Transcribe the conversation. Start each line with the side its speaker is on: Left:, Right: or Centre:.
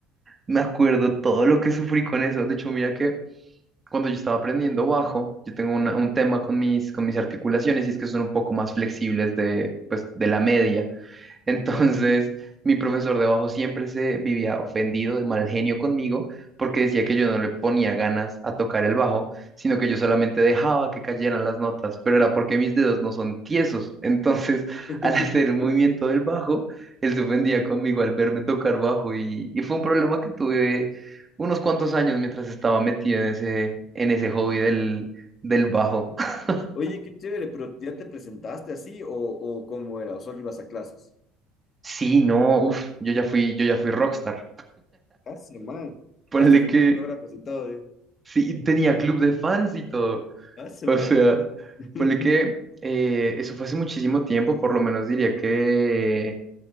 Right: me acuerdo todo lo que sufrí con eso. De hecho, mira que cuando yo estaba aprendiendo bajo, yo tengo una- un tema con mis, con mis articulaciones y es que son un poco más flexibles de, pues, de la media. Entonces,
Left: Ya.
Right: mi profesor de bajo siempre se vivía ofendido de mal genio conmigo porque decía que yo no le ponía ganas a tocar el bajo, sino que yo solamente dejaba que cayeran las notas, pero era porque mis dedos no son tiesos. Entonces, <laughs>
Left: <laughs>
Right: al hacer el movimiento del bajo, él se ofendía conmigo al verme tocar bajo y, y fue un problema que tuve unos cuantos años mientras estaba metido en ese, en ese hobby del, del bajo. <laughs>
Left: Oye, qué chévere, pero ¿ya te presentaste así o, o cómo era? ¿O solo ibas a clases?
Right: Sí, no, uff, yo ya fui, yo ya fui rockstar.
Left: Hace man.
Right: Ponle
Left: Hasta firmó
Right: que
Left: autógrafos y todo, ¿eh?
Right: Sí, y tenía club de fans y todo.
Left: Hace
Right: O
Left: man.
Right: sea,
Left: <laughs>
Right: ponle que eh, eso fue hace muchísimo tiempo, por lo menos diría que